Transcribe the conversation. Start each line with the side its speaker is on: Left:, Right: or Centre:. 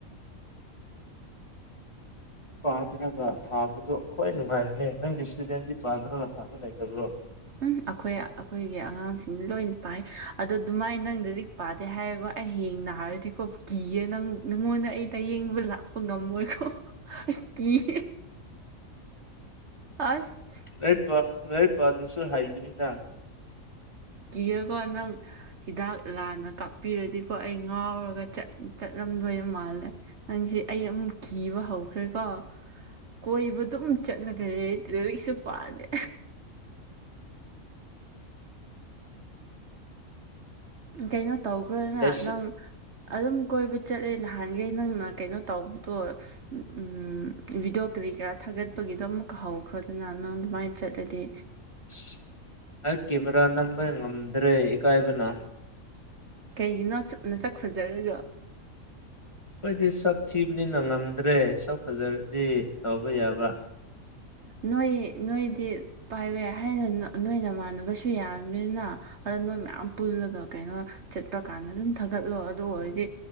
Left: ꯄꯥꯗ꯭ꯔꯒ ꯊꯥꯕꯗꯣ ꯈ꯭ꯋꯥꯏ ꯅꯨꯡꯉꯥꯏꯕꯅꯦ ꯅꯪꯒꯤ ꯏꯁꯇꯨꯗꯦꯟꯗꯤ ꯄꯥꯗ꯭ꯔꯒ ꯊꯥꯕ ꯂꯩꯇꯕ꯭ꯔꯣ
Right: ꯎꯝ ꯑꯈꯣꯏ ꯑꯈꯣꯏꯒꯤ ꯑꯉꯥꯡꯁꯤꯡꯅ ꯂꯣꯏꯅ ꯄꯥꯏ ꯑꯗ ꯑꯗꯨꯃꯥꯏꯅ ꯅꯪ ꯂꯥꯔꯤꯛ ꯄꯥꯗꯦ ꯍꯥꯏꯔꯒꯣ ꯑꯩ ꯍꯌꯦꯡ ꯅꯥꯔꯗꯤꯀꯣ ꯀꯤꯌꯦ ꯅꯪ ꯅꯪꯉꯣꯟꯗ ꯑꯩ ꯂꯥꯏꯌꯦꯡꯕ ꯂꯥꯛꯄ ꯉꯝꯃꯣꯏꯀꯣ ꯀꯤꯌꯦ ꯑꯁ
Left: ꯂꯥꯏꯔꯤꯛꯄ ꯂꯥꯏꯔꯤꯛꯄꯗꯔ꯭ꯁꯨ ꯍꯩꯒꯥꯅꯤꯗ
Right: ꯀꯤꯌꯦꯀꯣ ꯅꯪ ꯍꯤꯗꯥꯛ ꯂꯥꯟꯅ ꯀꯥꯞꯄꯤꯔꯗꯤꯀꯣ ꯑꯩ ꯉꯥꯎꯔꯒ ꯆꯠ ꯆꯠꯂꯝꯗꯣꯏ ꯃꯥꯜꯂꯦ ꯅꯪꯖꯦ ꯑꯩ ꯑꯃꯨꯛ ꯀꯤꯕ ꯍꯧꯈ꯭ꯔꯦꯀꯣ ꯀꯣꯏꯕ ꯑꯗꯨꯝ ꯆꯠꯂꯒ ꯂꯥꯔꯤꯛ ꯂꯥꯏꯔꯤꯛꯁꯨ ꯄꯥꯗꯦ ꯀꯩꯅꯣ ꯇꯧꯈ꯭ꯔꯣꯗꯅ
Left: ꯗꯁ
Right: ꯅꯪ ꯑꯗꯨꯝ ꯀꯣꯏꯕ ꯆꯠꯂꯦ ꯅꯍꯥꯟꯒꯩ ꯅꯪꯅ ꯀꯩꯅꯣ ꯇꯧꯕꯗꯣ ꯎꯝ ꯚꯤꯗꯤꯑꯣ ꯀꯔꯤ ꯀꯔꯥ ꯊꯥꯒꯠꯄꯒꯤꯗꯣ ꯑꯃꯨꯛꯀ ꯍꯧꯈ꯭ꯔꯣꯗꯅ ꯅꯪ ꯑꯗꯨꯃꯥꯏꯅ ꯆꯠꯂꯗꯤ
Left: ꯑꯁ ꯑꯩ ꯀꯦꯃꯦꯔꯥ ꯅꯝꯕ ꯉꯝꯗ꯭ꯔꯦ ꯏꯀꯥꯏꯕꯅ
Right: ꯀꯩꯒꯤꯅꯣ ꯑꯁꯨꯛ ꯃꯁꯛ ꯐꯖꯔꯒꯥ
Left: ꯑꯈꯣꯏꯗꯤ ꯁꯛ ꯊꯤꯕꯅꯤꯅ ꯉꯝꯗ꯭ꯔꯦ ꯁꯛ ꯐꯖꯔꯗꯤ ꯇꯧꯕ ꯌꯥꯕ
Right: ꯅꯣꯏ ꯅꯣꯏꯗꯤ ꯄꯥꯏꯕ ꯍꯥꯏꯅ ꯅꯣꯏ ꯅꯃꯥꯟꯅꯕꯁꯨ ꯌꯥꯝꯃꯤꯅ ꯑꯗ ꯅꯣꯏ ꯃꯌꯥꯝ ꯄꯨꯜꯂꯒ ꯀꯩꯅꯣ ꯆꯠꯄ ꯀꯥꯟꯗ ꯑꯗꯨꯝ ꯊꯥꯒꯠꯂꯣ ꯑꯗꯨ ꯑꯣꯏꯔꯗꯤ